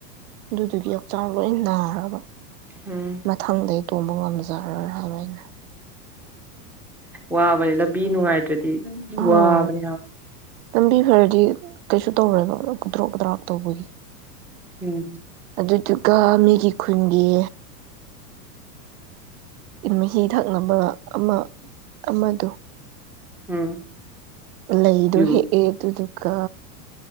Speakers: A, on the right; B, in the centre.
A: ꯑꯗꯨꯗꯨꯒꯤ ꯍꯛꯆꯥꯡ ꯂꯣꯏ ꯅꯥꯔꯕ
B: ꯎꯝ
A: ꯃꯊꯪꯗ ꯇꯣꯡꯕ ꯉꯝꯖꯔꯣꯏ ꯍꯥꯏꯕ ꯑꯩꯅ
B: ꯋꯥꯕꯅꯤ ꯂꯝꯕꯤ ꯅꯨꯡꯉꯥꯏꯇ꯭ꯔꯗꯤ
A: ꯍꯣꯏ
B: ꯋꯥꯕꯅꯦ ꯌꯥꯝ
A: ꯂꯝꯕꯤ ꯐꯔꯗꯤ ꯀꯩꯁꯨ ꯇꯧꯔꯣꯏꯕ ꯈꯨꯗ꯭ꯔꯣꯛ ꯑꯗ꯭ꯔꯥꯛ ꯇꯧꯕꯒꯤ
B: ꯎꯝ
A: ꯑꯗꯨꯗꯨꯒ ꯃꯤꯒꯤ ꯈꯨꯟꯒꯤ ꯃꯍꯤ ꯊꯛꯅꯕ ꯑꯃ ꯑꯃꯗꯨ
B: ꯎꯝ
A: ꯂꯩꯗꯣ
B: ꯑꯗꯨꯕꯨ
A: ꯍꯦꯛꯑꯦ ꯑꯗꯨꯗꯨꯒ